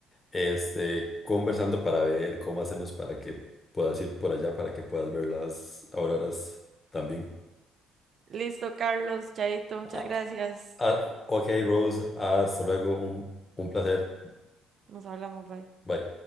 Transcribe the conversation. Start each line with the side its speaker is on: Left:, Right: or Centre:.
Left: este, conversando para ver cómo hacemos para que puedas ir por allá, para que puedas ver las auroras también.
Right: Listo, Carlos, Chaito, muchas
Left: Ah,
Right: gracias.
Left: ah, ok, Rose, hasta luego, un, un placer.
Right: Nos hablamos, bye.
Left: Bye.